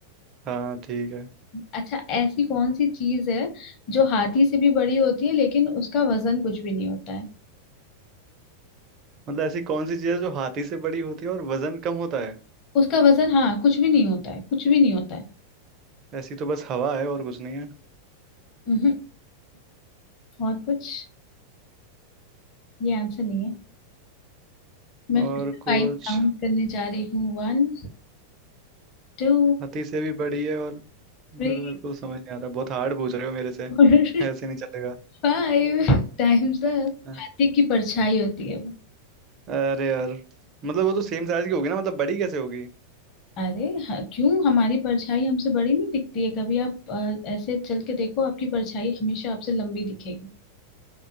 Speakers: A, on the right; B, on the left.
A: हाँ ठीक है
B: अच्छा ऐसी कौन सी चीज है जो हाथी से भी बड़ी होती है लेकिन उसका वजन कुछ भी नहीं होता है
A: मतलब ऐसी कौन सी चीज़ है जो हाथी से बड़ी होती है और वजन कम होता है
B: उसका वजन हाँ कुछ भी नहीं होता है कुछ भी नहीं होता है
A: ऐसी तो बस हवा है और कुछ नहीं है
B: हम्म और कुछ ये आंसर नहीं है मैं
A: और
B: फिर फाइव
A: कुछ
B: काउंट करने जा रही हूँ वन टू
A: हाथी से भी बड़ी है और मेरे
B: थ्री
A: मेरे को समझ नहीं आ रहा बहुत हार्ड पूछ रहे हो मेरे से
B: और
A: ऐसे नहीं चलेगा
B: फाइव टाइम्स अप
A: हाँ।
B: हाथी की परछाई होती है वो
A: अरे यार मतलब वो तो सेम साइज की होगी ना मतलब बड़ी कैसे होगी
B: अरे हाँ, क्यों हमारी परछाई हमसे बड़ी नहीं दिखती है कभी आप अ, ऐसे चल के देखो आपकी परछाई हमेशा आपसे लंबी दिखेगी